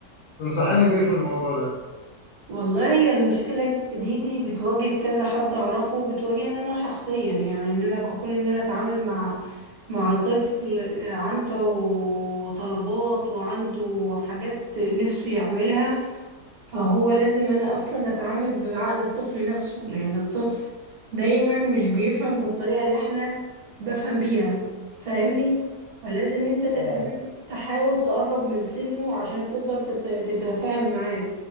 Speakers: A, on the left; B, on the right.
A: تنصحني بإيه في الموضوع ده؟
B: والله هي المشكلة دي دي بتواجه كذا حد أعرفه وبتواجهني أنا شخصيا يعني إن أنا كون إن أنا أتعامل مع مع طفل آه، عنده طلبات وعنده حاجات نفسه يعملها فهو لازم انا اصلا اتعامل بعقل الطفل نفسه لان الطفل دايما مش بيفهم بالطريقة اللي احنا بفهم بيها فاهمني فلازم انت تتعامل
A: اه
B: تحاول تقرب من سنه عشان تقدر تت- تتفاهم معاه